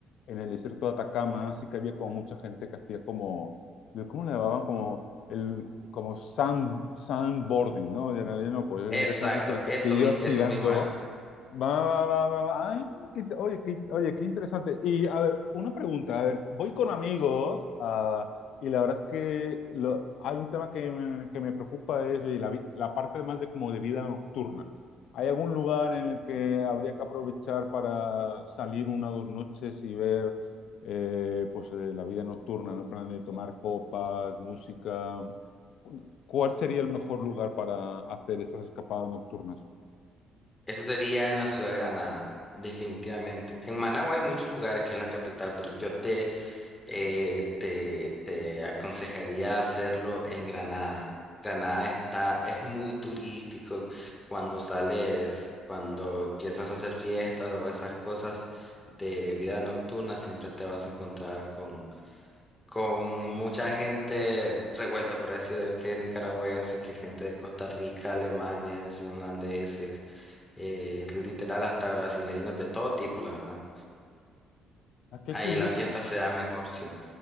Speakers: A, on the left (about 70°); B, on the left (about 20°).
A: en el desierto de Atacama, sí que había como mucha gente que hacía como, de- ¿cómo le llamaban? Como el, como sand, sandboarding, ¿no? Y en realidad no, pues
B: Exacto,
A: directamente te, te-
B: eso,
A: te llevas
B: mi- eso
A: tirando.
B: mismo es.
A: Va, va, va, va, va. Ay, qué- oye, qué, oye, qué interesante. Y a ver, una pregunta, a ver, voy con amigos. Y la verdad es que lo- hay un tema que me, que me preocupa de eso y la, vi- la parte más de como de vida nocturna. ¿Hay algún lugar en el que habría que aprovechar para salir una o dos noches y ver eh, pues, eh, la vida nocturna, ¿no? en plan de tomar copas, música? ¿Cuál sería el mejor lugar para hacer esas escapadas nocturnas?
B: Eso sería en la ciudad de Granada, definitivamente. En Managua hay muchos lugares que es la capital, pero yo te, eh, te, te aconsejaría hacerlo en Granada. Granada está, es muy turístico cuando sales, cuando piensas hacer fiestas o esas cosas de vida nocturna, siempre te vas a encontrar con con mucha gente revuelta, por así decirlo, que nicaragüenses, que gente de Costa Rica, alemanes, holandeses, eh, literal hasta brasileños, de todo tipo, la verdad.
A: Ah, qué
B: Ahí
A: curioso.
B: la fiesta se da mejor, sí.